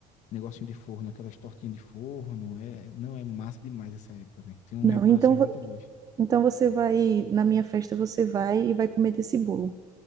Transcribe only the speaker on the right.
Não,
então, vo-
então você vai, na minha festa você vai e vai comer desse bolo,